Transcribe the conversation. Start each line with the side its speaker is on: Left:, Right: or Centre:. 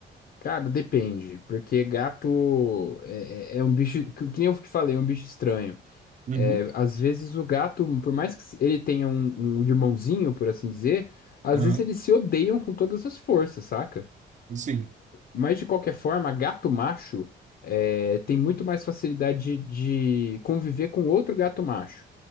Left: Cara, depende, porque gato é, é- é um bicho, que que nem eu te falei, é um bicho estranho.
Right: Uhum,
Left: É, às vezes o gato, por mais que se- ele tenha um, um irmãozinho, por assim dizer, às
Right: aham,
Left: vezes eles se odeiam com todas as forças, saca?
Right: sim.
Left: Mas de qualquer forma, gato macho é, tem muito mais facilidade de, de conviver com outro gato macho.